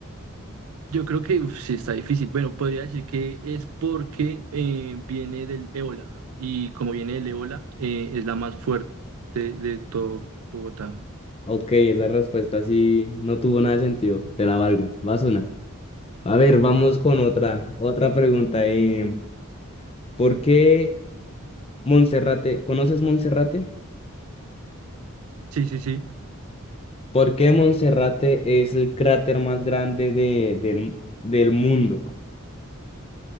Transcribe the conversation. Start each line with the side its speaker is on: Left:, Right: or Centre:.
Right: yo creo que uf, sí está difícil. Bueno, podría decir que es porque eh, viene del ébola y como viene del ébola, eh, es la más fuerte de todo Bogotá.
Left: Ok, esa respuesta sí no tuvo nada de sentido. Te la valgo. Vas una. A ver, vamos con otra, otra pregunta. eh, ¿por qué Monserrate? ¿Conoces Monserrate?
Right: Sí, sí, sí.
Left: ¿Por qué Monserrate es el cráter más grande de, del, del mundo?